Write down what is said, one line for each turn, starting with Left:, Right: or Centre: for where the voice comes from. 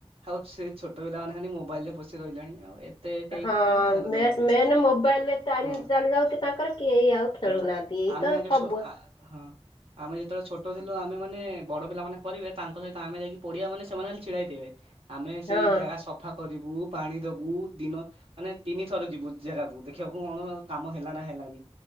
Right: ଆଉ ସେ ଛୋଟ ପିଲାମାନେ ଖାଲି ମୋବାଇଲରେ ପଶି ରହିଲେଣି ଆଉ ଏତେ କେହି
Left: ହଁ
Right: ମାନେ ଧ୍ୟାନ
Left: ମେ
Right: ଦଉନାହାନ୍ତି।
Left: ମେନେ ମୋବାଇଲରେ ଟାଇମ
Right: ହୁଁ।
Left: ଚାଲି ଯାଉଛି ତାଙ୍କର କେହି ଆଉ ଖେଳୁନାହାନ୍ତି।
Right: ହଁ
Left: ଏଇ
Right: ଆମେ
Left: ତ
Right: ଆଗେ
Left: ସବ
Right: ଛ ହଁ ଆମେ ଯେତେବେଳେ ଛୋଟ ଥିଲୁ ଆମେ ମାନେ ବଡ଼ ପିଲାମାନେ କରିବେ ତାଙ୍କ ସହିତ ଆମେ ଯାଇକି ପଡିଆ ମାନେ ସେମାନେ ଖାଲି ଛିଡ଼ା ହେଇଥିବେ। ଆମେ ସେଇ
Left: ହଁ
Right: ଜାଗା ସଫା କରିବୁ। ଉ ପାଣି ଦବୁ ଦିନ ମାନେ ତିନି ଥର ଯିବୁ ଜାଗାକୁ ଦେଖିବାକୁ କଣ କାମ ହେଲା ନା ହେଲାନି।